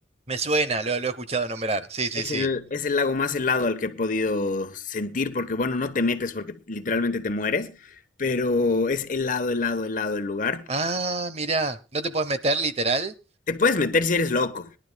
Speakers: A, on the right; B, on the left.
A: Me suena, lo, lo he escuchado nombrar. Sí, sí,
B: Es
A: sí.
B: el, es el lago más helado al que he podido sentir, porque bueno, no te metes porque literalmente te mueres, pero es helado, helado, helado el lugar.
A: Ah, mirá, ¿no te puedes meter literal?
B: Te puedes meter si eres loco.